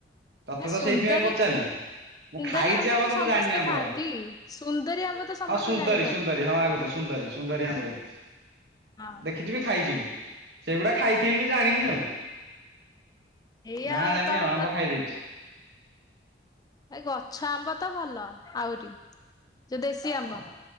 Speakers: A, on the right; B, on the left.
A: ତତେ
B: ନା
A: ତ
B: ସୁନ୍ଦରୀ
A: ସେଇଥିପାଇଁ ପଚାରିଲି
B: ସୁନ୍ଦରୀ
A: ମୁଁ ଖାଇଛି ଆମ୍ବ
B: ତ
A: କିନ୍ତୁ
B: ସମସ୍ତେ
A: ଜାଣିନି ଆମ୍ବର
B: ଖାଆନ୍ତି
A: ନାଁ
B: ସୁନ୍ଦରୀ ଆମ୍ବ ତ ସମସ୍ତେ
A: ହଁ ସୁନ୍ଦରୀ
B: ଜାଣିଥାନ୍ତି।
A: ସୁନ୍ଦରୀ ହଁ ଆ ଗୋଟେ ସୁନ୍ଦରୀ ସୁନ୍ଦରୀ ଆମ୍ବ ଦେଖିଛି
B: ହଁ
A: ଦେଖିଛିିବି ଖାଇଛିିବି। ସେଇଗୁଡା ଖାଇଥିବି ଜାଣିନି ଆଉ
B: ଏଇଆ
A: ନା ଜାଣିନି
B: ତ
A: ଆଉ
B: ଆମ
A: ଆମ୍ବ ଖାଇ ଦେଇଛି।
B: ଏ ଗଛ ଆମ୍ବ ତ ଭଲ ଆହୁରି ଯୋଉ ଦେସି ଆମ୍ୱ
A: ହଁ